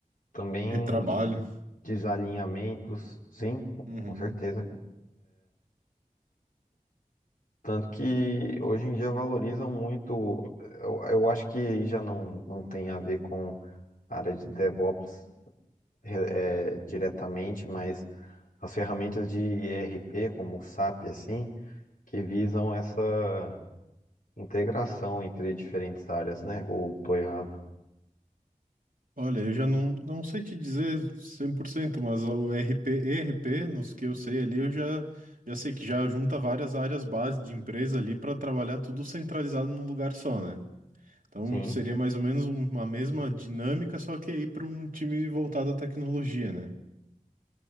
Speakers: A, on the left; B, on the right.
A: também
B: retrabalho.
A: de- desalinhamentos, sim,
B: Uhum.
A: com certeza. cara. Tanto que hoje em dia valorizam muito, eu, eu acho que aí já não, não tem a ver com a área de DevOps re- é, diretamente, mas as ferramentas de ERP, como o SAP, assim, que visam essa. integração entre diferentes áreas, né? Ou tô errado?
B: Olha, eu já não, não sei te dizer 100%, mas o RP, ERP, nos que eu sei ali, eu já, já sei que já junta várias áreas base de empresa ali para trabalhar tudo centralizado num lugar só, né? Então
A: Sim.
B: seria mais ou menos uma mesma dinâmica, só que aí para um time voltado à tecnologia, né?